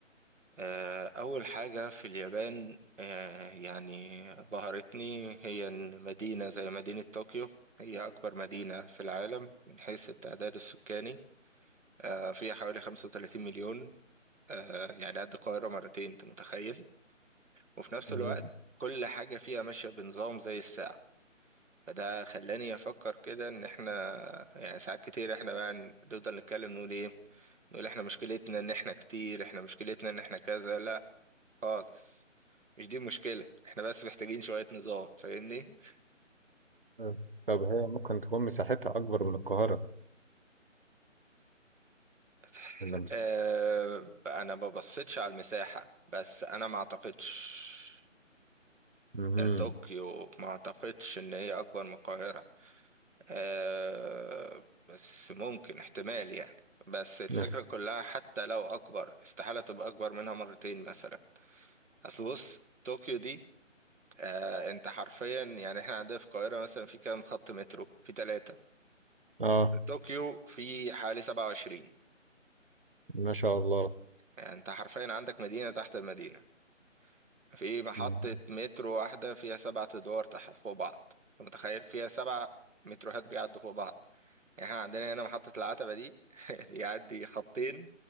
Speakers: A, on the right; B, on the right.
A: آه، أول حاجة في اليابان آه، يعني بهرتني هي إن مدينة زي مدينة طوكيو هي أكبر مدينة في العالم من حيث التعداد السكاني آه، فيها حوالي 35 مليون آه، يعني قد القاهرة مرتين أنت متخيل وفي نفس
B: مم.
A: الوقت كل حاجة فيها ماشية بنظام زي الساعة فده خلاني افكر كده ان احنا يعني ساعات كتير احنا بقى نفضل نتكلم نقول ايه نقول احنا مشكلتنا ان احنا كتير احنا مشكلتنا ان احنا كذا لا خالص مش دي المشكلة احنا بس محتاجين شوية نظام فاهمني
B: آه. طب هي ممكن تكون مساحتها أكبر من القاهرة
A: <laughs>
B: إلا مس-
A: آه، انا ما ببصيتش على المساحة بس انا ما اعتقدش
B: مهم.
A: كطوكيو ما اعتقدش ان هي اكبر من القاهرة آه بس ممكن احتمال يعني بس الفكرة
B: مس-
A: كلها حتى لو أكبر استحالة تبقى أكبر منها مرتين مثلا أصل بص طوكيو دي آه أنت حرفيا يعني إحنا عندنا في القاهرة مثلا في كام خط مترو في ثلاثة
B: آه
A: طوكيو في حوالي سبعة وعشرين
B: ما شاء الله
A: يعني أنت حرفيا عندك مدينة تحت المدينة في محطة
B: مهم.
A: مترو واحدة فيها سبعة أدوار تحت فوق بعض أنت متخيل فيها سبع متروهات بيعدوا فوق بعض يعني احنا عندنا هنا محطة العتبة دي <laughs> بيعدي خطين